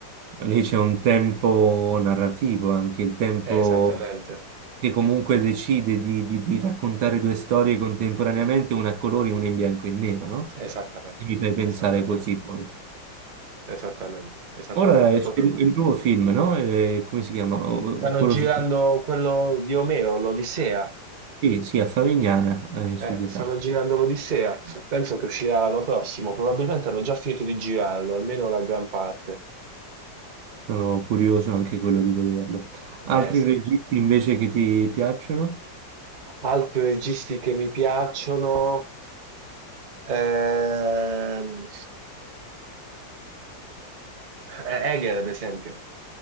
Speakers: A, on the right; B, on the right.
A: lì c'è un tempo narrativo, anche il tempo
B: Eh, Esattamente,
A: che comunque decide di, di- di raccontare due storie contemporaneamente, una a colori e una in bianco e nero, no?
B: esattamente,
A: E mi fai pensare
B: esattamente,
A: così poi.
B: esattamente, esattamente,
A: Ora esce
B: è proprio
A: il
B: quello.
A: il nuovo film, no? Eh, come si chiama? O-
B: Stanno
A: Quello
B: girando
A: su...
B: quello di Omero, l'Odissea.
A: Sì, sì, a Favignana, eh, Sud
B: Eh,
A: Italia.
B: stanno girando l'Odissea, penso che uscirà l'anno prossimo, probabilmente hanno già finito di girarlo, almeno la gran parte.
A: Sono curioso anche quello di vederlo. Altri
B: Eh, sì.
A: registi invece che ti piacciono?
B: Altri registi che mi piacciono, ehm, Eh, Egger, ad esempio.